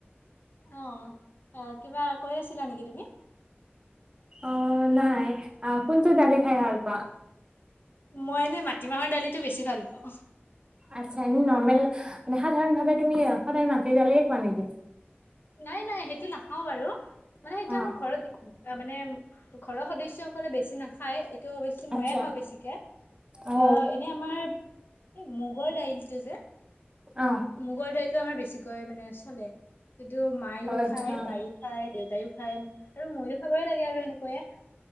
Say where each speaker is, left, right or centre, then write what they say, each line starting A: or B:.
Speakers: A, on the left (about 55°); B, on the right (about 20°).
A: অহঁ অ'হ কিবা কৈ আছিলা নেকি তুমি।
B: অঁ নাই আ কোনটো দালি খাই ভাল পোৱা।
A: মই এনে মাটিমাহৰ দালিটো বেছি ভাল পাওঁ।
B: আচ্ছা এনে নৰ্মেল মানে সাধাৰণ ভাৱে তুমি সদায় মাটি দালিয়ে খোৱা নেকি।
A: নাই নাই সেইটো নাখাওঁ বাৰু। মানে সেইটো
B: অ
A: আমাৰ ঘৰত দেখোন মানে ঘৰৰ সদস্যসকলে বেছি নাখায়--। টো অৱশ্যে মইয়ে
B: আচ্ছা
A: খাওঁ বেছিকে
B: অ
A: অঁ এনে আমাৰ--। এই মুগৰ দাইলটো যে--।
B: অ
A: মগৰ দাইলতটো আমাৰ বেছি--। কৈ মানে চলে। কিন্তু মায়ও
B: আচ্ছা
A: খায় বায়ও খায় দেউতাইও খায় আৰু ময়ো খাবই লাগে--। সেনেকে সেনেকৈয়ে আৰু।